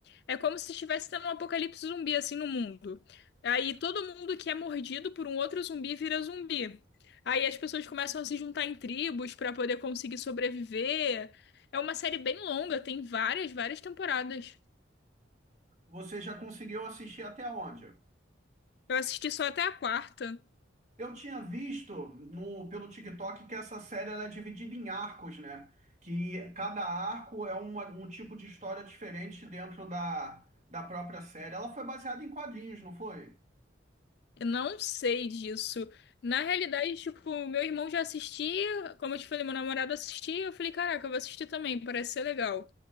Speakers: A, on the left (about 55°); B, on the right (about 35°).
A: É como se estivesse tendo um apocalipse zumbi assim no mundo. Aí todo mundo que é mordido por um outro zumbi vira zumbi. Aí as pessoas começam a se juntar em tribos para poder conseguir sobreviver. É uma série bem longa, tem várias, várias temporadas.
B: Você já conseguiu assistir até onde?
A: Eu assisti só até a quarta.
B: Eu tinha visto no, pelo TikTok que essa série ela é dividida em arcos, né? Que cada arco é uma- um tipo de história diferente dentro da, da própria série. Ela foi baseada em quadrinhos, não foi?
A: Eu não sei disso. Na realidade, tipo, meu irmão já assistia, como eu te falei, meu namorado assistia, eu falei, caraca, eu vou assistir também, parece ser legal.